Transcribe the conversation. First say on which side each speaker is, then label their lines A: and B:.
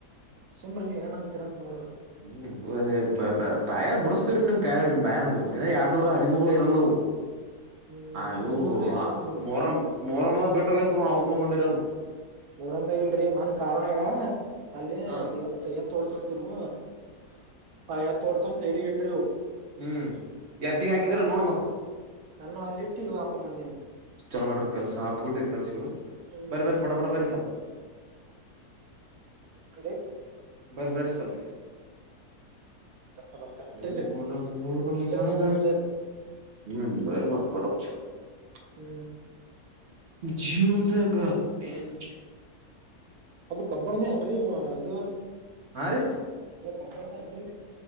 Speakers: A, on the right (about 70°); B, on the right (about 55°).
A: ಸುಮ್ರಿ ನೀವ್ ಏನ ಅಂತೀರ ಅಂತ ನೋಡ್ರ
B: ಹ್ಮ ಭಾಯ ಬಿಡಸ್ತೇವರಿ ನಿಮ್ ಕೈಯಾಗ ನಿಮ್ ಭಾಯಂದು ಎರಡ್ನೂರ ಹದಿಮೂರು ಇರಲ್ಲವು
A: ಹ್ಮ್
B: ಅಯವು
A: ಒಂದ್ ನೂರ ಎಪ್ಪತ್ ಮೂರು
B: ಮೊರಂ್ ಮೊರಮ್ಮದ ಬಿಟ್ಟ ಹೋಗಸ್ರು ಹವು ತ ಮಂದಿರನು
A: ಮೋರಂದಾಗ ಇಲ್ರಿ ಮನ್ ಕಾರುಣ್ಯಾಗ ಅಲ್ಲಿ
B: ಹಾ
A: ಎತ್ ಎತ್ ಓಡ್ಸಲತಿರ್ವು ಆ ಯತ ಒಡಸ ಸೈದಿಗ ಇಟ್ಟರು ಇವು
B: ಹ್ಮ್ ಯತ್ತಗ ಹಾಕಿದ್ರ ನೋಡ್ ಮತ್
A: ನಾನ ಅಲ್ಲಿ ಇಟ್ಟು ಈ ಹಾಕೊ್ ಬಂದೀಿನಿ
B: ಚಲೋ ಮಾಡಟ್ರ ಕೆಲ್ಸ ಹಪ್ ಗಟ್ಟಿರ್ ಕೆಲ್ಸಿವವು
A: ಹ್ಮ್
B: ಬರರಿ ಬರರಿ ಪಟ ಪಡ ಬರರಿ ಸಲ್
A: ಸರಿ
B: ಬರ ಬರಿ ಸ್ವಲ್ಪ
A: ಬರ್ತಾ ಬರ್ತಾ ಹೊಂಟೇನ್ರಿ
B: ನಮೂರ ಮೋಹರಮದಾಗ್
A: ಇಲ್ಲದಾನು ಹಿಂದೆ
B: ಹ್ ಬರೀ ಮಾತ ಪ್ಪೋಡಪ
A: ಹ್ಮ್
B: ಜೀವನದಾಗ ಎನ್
A: ಅದು ಕಬ್ಬಳನೇ ಏನ್ರಿ ಇದು
B: ಹಾ ರೀ
A: ಅದು ಕಬ್ಬಣದ ಏನ್ರಿ